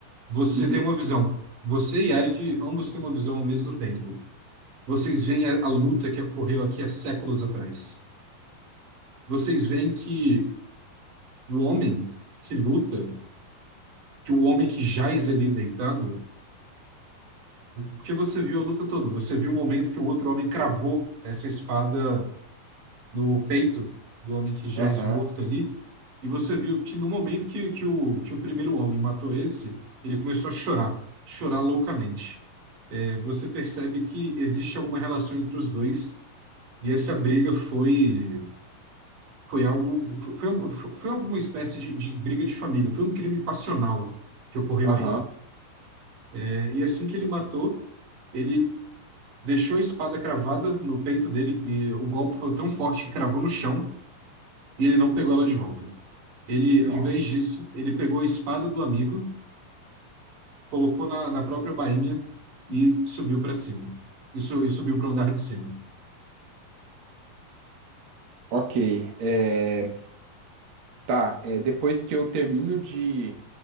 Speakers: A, on the right (about 60°); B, on the right (about 90°).
A: Você
B: Uhum,
A: tem uma visão. Você e Eric, ambos têm uma visão ao mesmo tempo. Vocês veem a, a luta que ocorreu aqui há séculos atrás. Vocês veem que o homem que luta, que o homem que jaz ali deitado, porque você viu a luta toda, você viu o momento que o outro homem cravou essa espada no peito do homem que já
B: aham,
A: é esmorto ali. E você viu que no momento que, que, o, que o primeiro homem matou esse, ele começou a chorar, chorar loucamente. É, você percebe que existe alguma relação entre os dois, e essa briga foi, foi algo, foi, foi foi alguma espécie de, de briga de família, foi um crime passional que ocorreu
B: aham.
A: aí. É, e assim que ele matou, ele deixou a espada cravada no peito dele, e o golpe foi tão forte que cravou no chão, e ele não pegou ela de volta. Ele,
B: Nossa.
A: ao invés disso, ele pegou a espada do amigo, colocou na, na própria bainha e subiu para cima. E, su- e subiu para o andar de cima.
B: Ok, é, tá, é, depois que eu termino de